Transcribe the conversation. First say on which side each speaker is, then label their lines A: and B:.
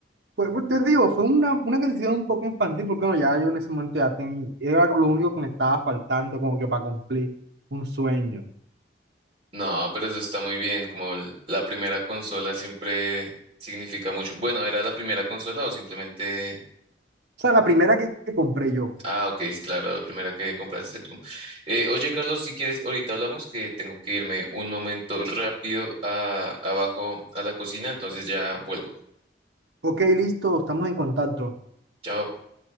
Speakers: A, on the right (about 70°); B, on the right (about 35°).
A: pues, pues, te digo, fue una, una decisión un poco infantil porque bueno, ya yo en ese momento ya tenía, era lo único que me estaba faltando como que para cumplir un sueño. O
B: No, pero eso está muy bien, como el- la primera consola siempre significa mucho. Bueno, ¿era la primera consola o simplemente...
A: sea, la primera que que compré yo.
B: Ah, ok, es claro, la primera que compraste tú. Eh, oye, Carlos, si quieres, ahorita hablamos que tengo que irme un momento rápido a, abajo a la cocina, entonces ya vuelvo.
A: Ok, listo, estamos en contacto.
B: Chao.